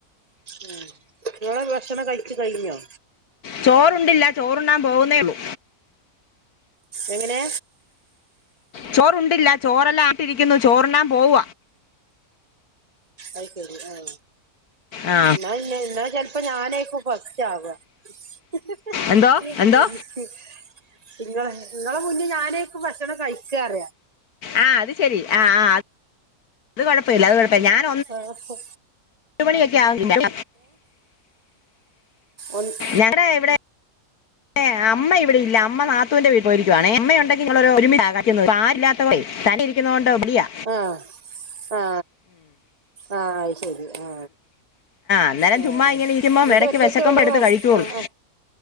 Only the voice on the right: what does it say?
ഉം ഇങ്ങടെ ഭക്ഷണം കഴിച്ചിട്ട് കഴിഞ്ഞോ
എങ്ങനെ
അയ്ശരി ആഹ
എന്നാൽ എന്നാൽ ചിലപ്പോ ഞാനായിക്കും ഫസ്റ്റ് ആവ ഹ
ഹ ഹ ഇങ്ങള നിങ്ങളെ മുന്നേ ഞാനേക്ക് ഭക്ഷണം കഴിക്കാറിയാ
ആഹ് ഹാ
ഒന്ന്-
ആ ആ ആ ശരി ആ
ആ
എന്നിട്ട്
ഒറ്റയൊക്കെ
ഉള്ളൂ
ഹസ്
അ അ